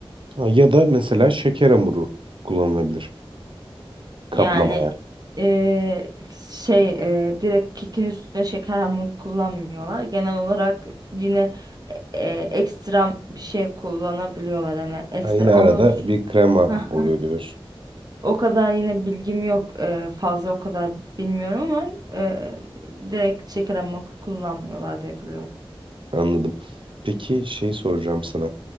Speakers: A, on the right; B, on the right.
A: Ha, ya da mesela şeker hamuru kullanılabilir kaplamaya.
B: Yani eee, şey eee, direkt kekin üstüne şeker hamur kullanmıyorlar. Genel olarak yine eee ekstra bir şey kullanabiliyorlar. Hani ekstra
A: Ha, yine arada
B: onu
A: bir krema
B: Haha.
A: oluyor diyoruz.
B: o kadar yine bilgim yok. eee, fazla o kadar bilmiyorum ama eee, direkt şeker hamur kullanmıyorlar diye biliyorum.
A: Anladım. Peki şey soracağım sana.